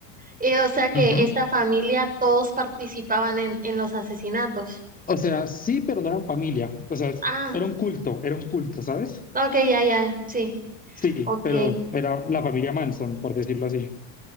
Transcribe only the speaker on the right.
Y, o sea que
esta familia todos participaban en, en los asesinatos.
Ah,
ok, ya, ya. Sí.
Ok.